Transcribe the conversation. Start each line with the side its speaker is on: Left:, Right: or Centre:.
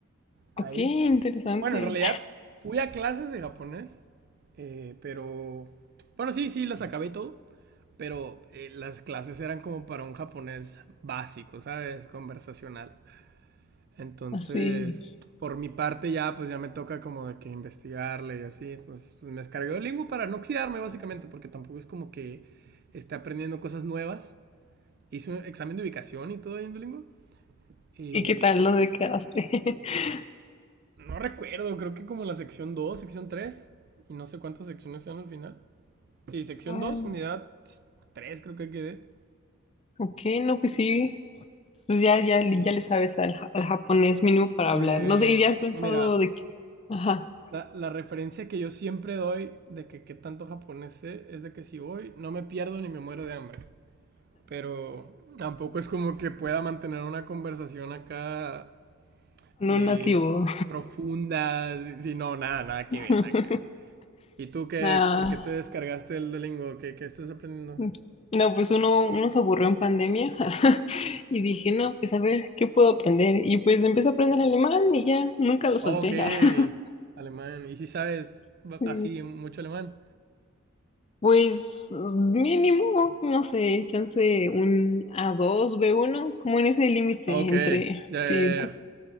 Right: ahí.
Left: Ok, interesante.
Right: Bueno, en realidad fui a clases de japonés, eh, pero... Bueno, sí, sí, las acabé y todo, pero eh, las clases eran como para un japonés básico, ¿sabes? Conversacional. Entonces,
Left: Así.
Right: por mi parte ya, pues ya me toca como de que investigarle y así. Entonces, pues me descargué Duolingo para no oxidarme básicamente, porque tampoco es como que esté aprendiendo cosas nuevas. Hice un examen de ubicación y todo ahí en Duolingo. Y
Left: ¿Y qué tal lo de quedaste? <laughs>
Right: No recuerdo, creo que como la sección 2, sección 3 y no sé cuántas secciones sean al final. Sí, sección
Left: Ay,
Right: 2, unidad 3, creo que quedé.
Left: Ok, no, pues sí. Pues ya, ya,
Right: Sí.
Left: ya le sabes al, ja- al japonés mínimo para
Right: Pues,
Left: hablar. No sé, ¿y ya has pensado
Right: mira,
Left: de que, ajá,
Right: la, la referencia que yo siempre doy de que qué tanto japonés sé es de que si voy no me pierdo ni me muero de hambre. Pero tampoco es como que pueda mantener una conversación acá
Left: no
Right: eh,
Left: un nativo?
Right: profunda, si si no, nada, nada que
Left: <laughs>
Right: ver, nada que ver. ¿Y tú qué,
Left: Nah.
Right: por qué te descargaste el Duolingo? ¿Qué, qué estás aprendiendo?
Left: Mm. No, pues uno, uno se aburrió en pandemia <laughs> y dije, no, pues a ver, ¿qué puedo aprender? Y pues empecé a aprender alemán y ya, nunca lo solté.
Right: Ok,
Left: <laughs>
Right: alemán. ¿Y si sabes
Left: Sí,
Right: ba- así mucho alemán?
Left: pues mínimo, no sé, chance un a dos b uno como en ese límite
Right: Ok,
Left: entre,
Right: ya, ya,
Left: sí,
Right: ya.